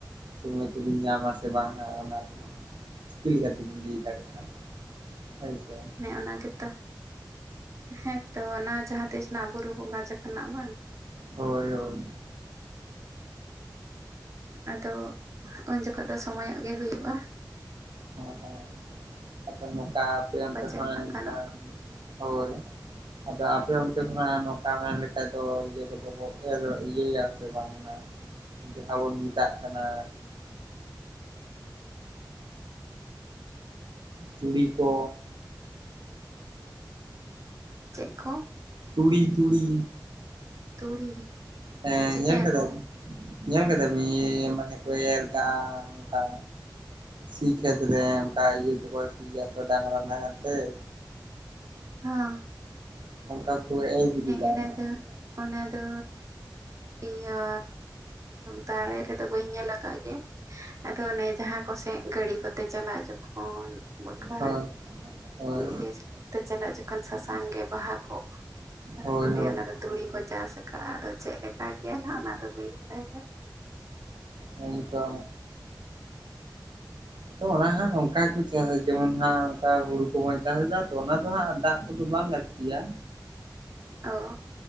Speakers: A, on the right; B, on the right.
A: ᱥᱚᱢᱚᱭ ᱠᱚᱵᱤᱱ ᱧᱟᱢᱟ ᱥᱮ ᱵᱟᱝᱟ ᱚᱱᱟ ᱨᱮᱦᱚᱸ ᱪᱤᱠᱟᱹ ᱞᱮᱠᱟ ᱛᱮᱵᱤᱱ ᱞᱟᱹᱭ ᱫᱟᱲᱮᱭᱟᱜᱼᱟ ᱟᱪᱪᱷᱟ
B: ᱚᱱᱮ ᱚᱱᱟ ᱜᱮᱛᱚ ᱦᱮᱸ ᱛᱚ ᱚᱱᱟ ᱡᱟᱦᱟᱸ ᱛᱤᱥ ᱨᱮᱱᱟᱜ ᱵᱩᱨᱩ ᱵᱚᱸᱜᱟ ᱡᱚᱠᱷᱚᱱᱟᱜ ᱵᱟᱝ
A: ᱦᱳᱭ ᱦᱳᱭ
B: ᱟᱫᱚ ᱩᱱ ᱡᱚᱠᱷᱚᱱ ᱫᱚ ᱥᱚᱢᱚᱭᱚᱜ ᱜᱮ ᱦᱩᱭᱩᱜᱼᱟ
A: ᱦᱮ ᱦᱮ ᱟᱫᱚ ᱱᱚᱝᱠᱟ ᱟᱯᱮᱭᱟ ᱚᱱᱛᱮ
B: ᱯᱟᱪᱮᱫ
A: ᱠᱷᱚᱱ
B: ᱦᱟᱸᱜ
A: ᱚᱱᱠᱟ
B: ᱜᱟᱱᱚᱜ
A: ᱦᱳᱭ ᱟᱫᱚ ᱟᱯᱮ ᱚᱱᱛᱮ ᱠᱷᱚᱱᱟᱜ ᱱᱚᱝᱠᱟ ᱢᱮᱱ ᱞᱮᱠᱷᱟᱡ ᱫᱚ ᱤᱭᱟᱹ ᱠᱚᱫᱚ ᱚ ᱤᱭᱟᱹᱭᱟ ᱥᱮ ᱵᱟᱝ ᱚᱱᱟ ᱡᱟᱦᱟᱸ ᱵᱚᱱ ᱢᱮᱛᱟᱜ ᱠᱟᱱᱟ ᱛᱩᱲᱤ ᱠᱚ
B: ᱪᱮᱫ ᱠᱚ?
A: ᱛᱩᱲᱤ-ᱛᱩᱲᱤ
B: ᱛᱩᱲᱤ
A: ᱦᱮᱸ
B: ᱪᱤᱠᱟᱹᱭᱟᱠᱚ
A: ᱧᱮᱞ ᱠᱮᱫᱟ ᱧᱮᱞ ᱠᱮᱫᱟ ᱵᱤ ᱤᱭᱮᱻ ᱢᱟᱱᱮ ᱠᱚ ᱮᱨ ᱫᱟ ᱚᱱᱠᱟ ᱥᱤ ᱠᱷᱮᱛ ᱨᱮ ᱚᱱᱠᱟ ᱤᱭᱟᱹ ᱛᱮᱠᱚ ᱤᱭᱟᱹ ᱛᱮ ᱰᱟᱝᱨᱟ ᱱᱟᱦᱮᱞ ᱛᱮ ᱾
B: ᱦᱮᱸ
A: <unintelligible>
B: ᱤᱱᱟᱹ ᱫᱚ ᱚᱱᱟ ᱫᱚ ᱤᱭᱟᱹ ᱫᱟᱲᱮ ᱨᱮᱫᱚ ᱵᱟᱹᱧ ᱧᱮᱞ ᱟᱠᱟᱫ ᱜᱮ ᱟᱫᱚ ᱚᱱᱮ ᱡᱟᱦᱟᱸ ᱠᱚᱥᱮᱫ ᱜᱟᱹᱲᱤ ᱠᱚᱛᱮ ᱪᱟᱞᱟᱜ ᱡᱚᱠᱷᱚᱱ ᱵᱟᱠᱷᱟᱱ
A: ᱦᱳᱭ ᱦᱳᱭ
B: ᱤᱭᱟᱹ ᱛᱮ ᱪᱟᱞᱟᱜ ᱡᱚᱠᱷᱚᱱ ᱥᱟᱥᱟᱝ ᱜᱮ ᱵᱟᱦᱟ ᱟ
A: ᱦᱳᱭ
B: ᱠᱚ
A: ᱦᱳᱭ
B: ᱞᱟᱹᱭᱟ ᱚᱱᱟ ᱫᱚ ᱛᱩᱲᱤ ᱠᱚ ᱪᱟᱥ ᱟᱠᱟᱜ-ᱟ ᱟᱫᱚ ᱪᱮᱫ ᱞᱮᱠᱟ ᱜᱮᱭᱟ ᱱᱟᱦᱱᱟᱜ ᱚᱱᱟ ᱫᱚ ᱵᱟᱹᱧ ᱵᱟᱲᱟᱭᱟ
A: ᱦᱮᱸᱛᱚ ᱟᱫᱚ ᱚᱱᱟᱦᱚᱜ ᱱᱚᱝᱠᱟ ᱜᱮᱠᱚ ᱪᱟᱥᱟ ᱡᱮᱢᱚᱱ ᱦᱟᱸᱜ ᱚᱱᱠᱟ ᱦᱩᱲᱩ ᱠᱚᱵᱚᱱ ᱪᱟᱥ ᱮᱫᱟ ᱛᱚ ᱚᱱᱟ ᱫᱚ ᱦᱟᱸᱜ ᱫᱟᱜ ᱠᱚᱫᱚ ᱵᱟᱝ ᱞᱟᱹᱠᱛᱤᱭᱟ
B: ᱚ